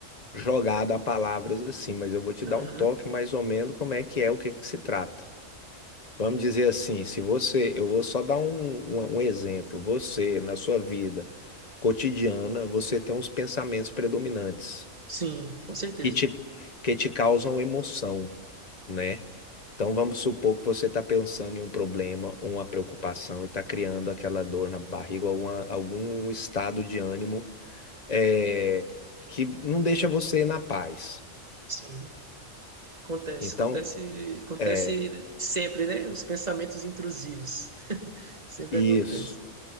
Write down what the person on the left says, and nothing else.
jogada a palavras assim, mas eu vou te dar
um toque mais ou menos como é que é, o que que se trata. Vamos dizer assim, se você, eu vou só dar um, um, um exemplo, você, na sua vida cotidiana, você tem uns pensamentos predominantes
que te, que te causam emoção, né? Então vamos supor que você está pensando em um problema, uma preocupação e está criando aquela dor na barriga, alguma, algum estado de ânimo é, que não deixa você na paz.
Então,
é
isso.